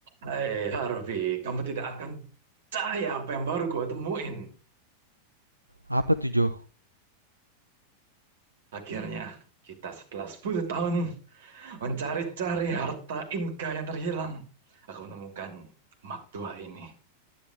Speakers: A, on the right; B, on the right.
A: Hai Harvey, kamu tidak akan percaya apa yang baru gua temuin.
B: Apa tuh Jo?
A: Akhirnya, kita setelah 10 tahun mencari-cari harta Inka yang terhilang, aku menemukan map tua ini.